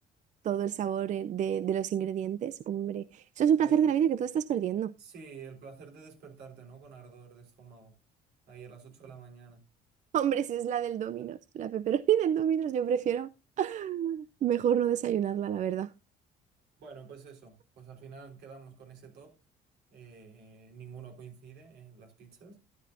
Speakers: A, on the right (about 45°); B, on the right (about 75°).
A: todo el sabor eh, de, de los ingredientes. Hombre, eso es un placer
B: Ay,
A: de la vida que tú estás perdiendo.
B: sí, el placer de despertarte, ¿no? Con ardor de estómago. Ahí a las 8 de la mañana.
A: <laughs> Hombre, si es la del Domino's, la pepperoni <laughs> del Domino's, yo prefiero mejor no desayunarla, la verdad.
B: Bueno, pues eso. Pues al final quedamos con ese top. Eh, ninguno coincide en las pizzas.